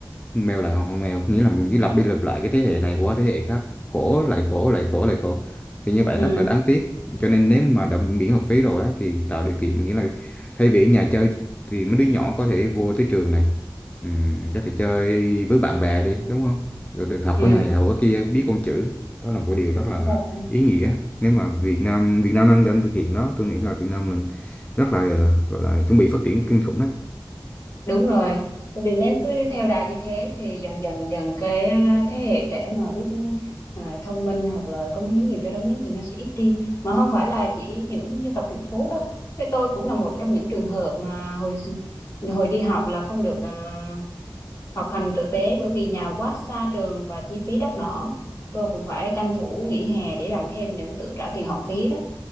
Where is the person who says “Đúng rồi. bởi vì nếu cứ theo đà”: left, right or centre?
Left